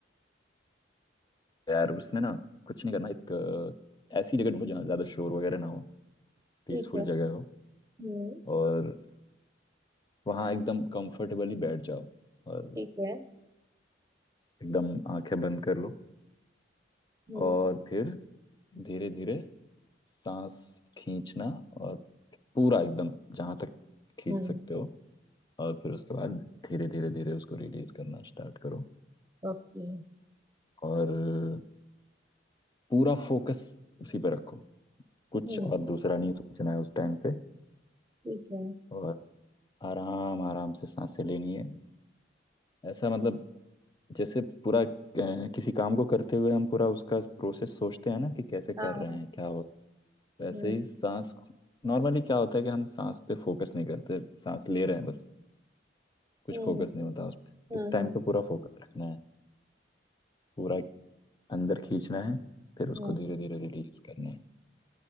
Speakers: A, on the left (about 25°); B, on the right (about 20°).
A: यार उसमें ना कुछ नहीं करना एक अ, ऐसी जगह ढूंढो जहाँ ज्यादा शोर वगैरह ना हो पीसफुल
B: ठीक है
A: जगह हो
B: हम्म
A: और वहाँ एकदम कंफर्टेबली बैठ जाओ और
B: ठीक है
A: एकदम आंखें बंद कर लो
B: हम्म
A: और फिर धीरे धीरे सांस खींचना और पूरा एकदम जहाँ तक खींच
B: हम्म
A: सकते हो और फिर उसके बाद धीरे धीरे धीरे उसको रिलीज करना स्टार्ट करो
B: ओके
A: और पूरा फोकस उसी पे रखो कुछ
B: हम्म
A: और दूसरा नहीं सोचना है उस टाइम पे
B: ठीक है
A: और आराम आराम से सांसें लेनी है ऐसा मतलब जैसे पूरा अ, किसी काम को करते हुए हम पूरा उसका प्रोसेस सोचते हैं ना कि कैसे कर
B: हाँ
A: रहे हैं क्या हो वैसे
B: हम्म
A: ही सांस को नॉर्मली क्या होता है कि हम सांस पे फोकस नहीं करते सांस ले रहे हैं बस कुछ
B: हम्म
A: फोकस नहीं होता उस पे
B: हम्म
A: इस टाइम
B: हम्म
A: पे पूरा फोकस रखना है पूरा अंदर खींचना है फिर उसको
B: हम्म
A: धीरे धीरे रिलीज करना है